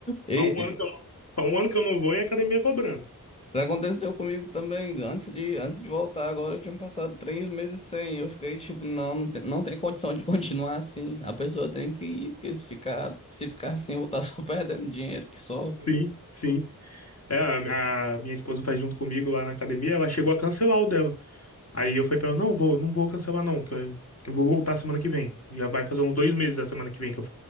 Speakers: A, on the left; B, on the left.
A: E,
B: Há um
A: e
B: ano que eu não, há um ano que eu não vou e a academia cobrando.
A: pra- aconteceu comigo também, antes de, antes de voltar, agora eu tinha passado três meses sem, eu fiquei tipo, não, não tem, não tem condição de <laughs> continuar assim, a pessoa tem que ir, porque se ficar, se ficar assim, eu vou estar <laughs> só perdendo dinheiro que só.
B: Sim, sim. É, a minha, a minha esposa faz junto comigo lá na academia, ela chegou a cancelar o dela. Aí eu falei pra ela, não vou, não vou cancelar não, que eu, eu vou voltar semana que vem. Já vai fazer uns dois meses da semana que vem que eu,